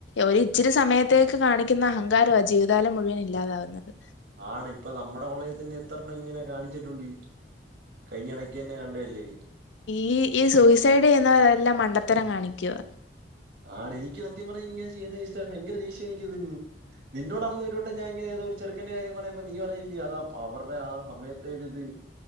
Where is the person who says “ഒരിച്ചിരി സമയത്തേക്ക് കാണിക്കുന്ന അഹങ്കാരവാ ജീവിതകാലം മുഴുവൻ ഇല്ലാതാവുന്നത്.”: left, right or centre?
Left